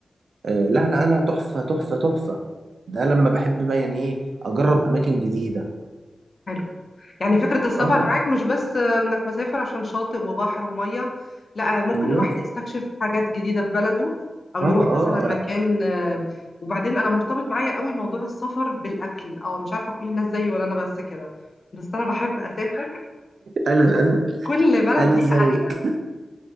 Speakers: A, on the right; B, on the left.
A: آه، لا لا لا تحفة تحفة تحفة ده لما بحب بقى يعني ايه اجرب اماكن جديدة
B: حلو يعني فكرة السفر
A: اه
B: معاك مش بس آه، انك مسافر عشان شاطئ وبحر ومية لا آه، ممكن
A: لا
B: الواحد يستكشف حاجات جديدة في بلده او
A: اه
B: يروح
A: اه
B: مثلا مكان آه، وبعدين انا مرتبط معايا قوي موضوع السفر بالاكل او مش عارفة كل الناس زيي ولا انا بس كده بس انا بحب اسافر
A: انا انا
B: كل بلد
A: انا
B: ليها
A: زيك
B: اكلة